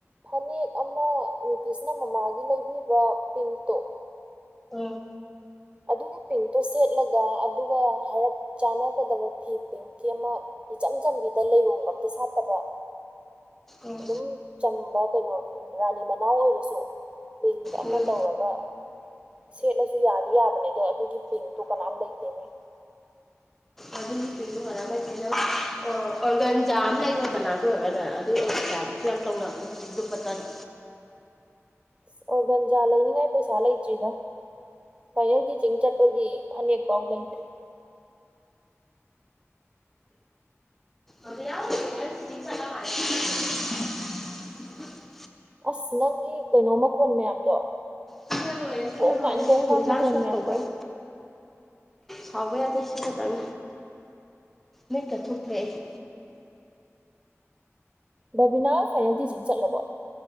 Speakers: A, on the right (about 25°); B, in the centre.
A: ꯐꯅꯦꯛ ꯑꯃ ꯅꯤꯇꯤꯁꯅ ꯃꯃꯥꯒꯤ ꯂꯩꯕꯤꯕ ꯄꯤꯡꯛꯇꯣ
B: ꯎꯝ
A: ꯑꯗꯨꯒꯤ ꯄꯤꯡꯛꯇꯣ ꯁꯦꯠꯂꯒ ꯑꯗꯨꯒ ꯍꯥꯏꯔꯞ ꯆꯥꯟꯅꯒꯗꯕ ꯐꯤ ꯄꯤꯡꯀꯤ ꯑꯃ ꯏꯆꯝ ꯆꯝꯕꯤꯗ ꯂꯩꯔꯣꯡꯒ ꯑꯝꯇ ꯁꯥꯠꯇꯕ
B: ꯎꯝ
A: ꯑꯗꯨꯝ ꯆꯝꯕ ꯀꯩꯅꯣ ꯔꯥꯅꯤ ꯃꯅꯥꯎ ꯑꯣꯏꯔꯁꯨ ꯄꯤꯡꯛ ꯑꯃ
B: ꯎꯝ
A: ꯇꯧꯔꯒ ꯁꯦꯠꯂꯁꯨ ꯌꯥꯗꯤ ꯌꯥꯕꯅꯦ ꯑꯗꯣ ꯑꯗꯨꯒꯤ ꯄꯤꯡꯇꯣ ꯀꯅꯥꯝ ꯂꯩꯇꯦꯅꯦ
B: ꯑꯗꯨꯒꯤ ꯄꯤꯡ ꯑꯗꯨ ꯀꯅꯥꯝ ꯂꯩꯇ‌ꯦ ꯅꯪ ꯑꯣꯔ ꯑꯣꯔꯒꯟꯖꯥ ꯑꯝ ꯂꯩꯔꯣꯗꯅꯥ ꯗꯨ ꯑꯣꯏꯔꯒꯅ ꯑꯗꯨꯏ ꯑꯣꯔꯒꯟꯖꯥꯗꯨ ꯌꯥꯝ ꯇꯧꯅꯕꯅꯤ ꯍꯧꯖꯤꯛ ꯗꯨꯄꯠꯇꯥꯗ
A: ꯑꯁ ꯑꯣꯔꯒꯟꯖꯥ ꯂꯩꯅꯤꯉꯥꯏ ꯄꯩꯁꯥ ꯂꯩꯇ꯭ꯔꯤꯗꯥ ꯐꯥꯏꯅꯦꯜ ꯇꯤꯆꯤꯡ ꯆꯠꯄꯒꯤ ꯐꯅꯦꯛ ꯐꯥꯎ ꯂꯩꯗ꯭ꯔꯤ
B: ꯑꯗꯨ ꯌꯥꯎꯕ <unintelligible>
A: ꯑꯁ ꯅꯪꯒꯤ ꯀꯩꯅꯣ ꯃꯈꯣꯟ ꯃꯌꯥꯝꯗꯣ
B: ꯁꯤꯅ ꯂ‌ꯣꯏꯔ‌ꯩ ꯁꯤꯅ
A: ꯀꯣꯡ
B: ꯂ‌ꯣꯏ
A: ꯀꯥꯡ ꯀꯣꯡ
B: ꯍꯤꯟꯖꯥꯡ
A: ꯀꯥꯡ ꯃꯈꯣꯟ
B: ꯁꯣꯛ
A: ꯃꯌꯥꯝꯗꯣ
B: ꯇꯧꯕꯩ ꯁꯥꯎꯕ ꯌꯥꯗꯦ ꯁꯤ ꯅꯇꯪ ꯃꯤꯠꯀ ꯊꯨꯞꯄ‌ꯦ ꯑꯩꯁ
A: ꯕꯕꯤꯅꯥ ꯍ‌ꯣꯏ ꯐꯥꯏꯅ‌ꯦꯜ ꯇꯤꯆꯤꯡ ꯆꯠꯂꯕ‌ꯣ